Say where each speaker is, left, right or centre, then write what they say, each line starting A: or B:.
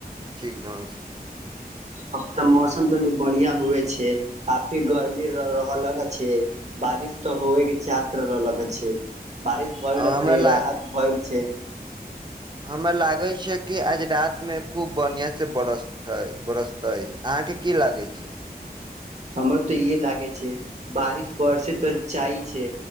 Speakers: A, on the right; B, on the right.
A: ठीक ढंगसँ
B: अब त मौसम तनी बढ़िया हुए छै काफी गरमी रह लग छैय बारिश त होए के च त्र लगे छैय बारिश
A: से
B: भए
A: हमरा
B: ल तनी
A: ला
B: राहत भए छैय
A: हमरा लागै छै कि आज रातिमे खूब बनिआँसँ बरसतै बरसतै अहाँके की लागैत छैय
B: हमरो त इहे लागे छैय बारिश बरसे त चाही छैय